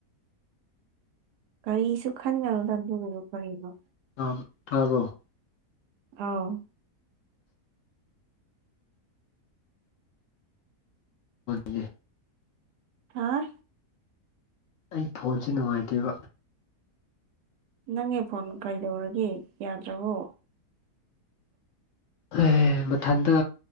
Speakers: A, on the right; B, on the left.
A: ꯀꯔꯤꯁꯨ ꯈꯟꯒꯅꯣꯗ ꯑꯗꯨꯒꯤꯕꯨ ꯀꯔꯤꯅꯣ
B: <unintelligible> ꯇꯥꯕ꯭ꯔꯣ
A: ꯑꯧ
B: ꯍꯦ
A: ꯍꯥ
B: ꯑꯩ ꯐꯣꯟꯁꯦ ꯅꯨꯡꯉꯥꯏꯇꯦꯕ
A: ꯅꯪꯒꯤ ꯐꯣꯟ ꯀꯩꯗꯧꯔꯒꯦ ꯌꯥꯗ꯭ꯔꯕꯣ
B: ꯑꯦ ꯃꯊꯟꯇ